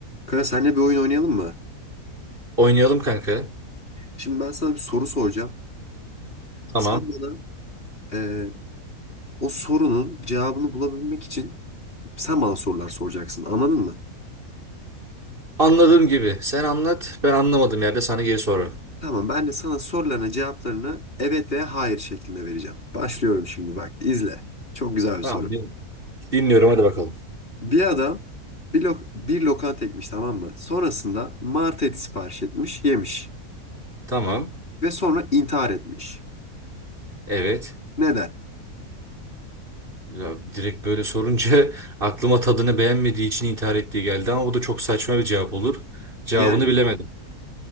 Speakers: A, on the left (about 40°); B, on the right (about 35°).
A: Kanka seninle bir oyun oynayalım mı?
B: Oynayalım kanka.
A: Şimdi ben sana bir soru soracağım.
B: Tamam.
A: Sen bana e, o sorunun cevabını bulabilmek için sen bana sorular soracaksın. Anladın mı?
B: Anladığım gibi. Sen anlat. Ben anlamadığım yerde sana geri sorarım.
A: Tamam ben de sana sorularına cevaplarını evet veya hayır şeklinde vereceğim. Başlıyorum şimdi bak izle. Çok güzel bir
B: Tamam.
A: soru.
B: din- Dinliyorum. Hadi bakalım.
A: Bir adam bir, lok bir lokanta ekmiş tamam mı? Sonrasında mart eti sipariş etmiş yemiş.
B: Tamam.
A: Ve sonra intihar etmiş.
B: Evet.
A: Neden?
B: Ya, direkt böyle sorunca <laughs> aklıma tadını beğenmediği için intihar ettiği geldi ama bu da çok saçma bir cevap olur. Cevabını
A: Yani
B: bilemedim.